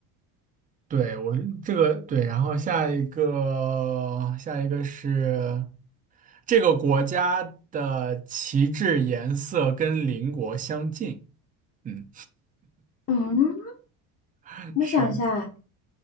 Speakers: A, on the right; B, on the left.
A: 对，我这个对，然后下一个下一个是这个国家的旗帜颜色跟邻国相近。嗯，
B: 嗯，
A: <laughs>
B: 我想一下，
A: 是，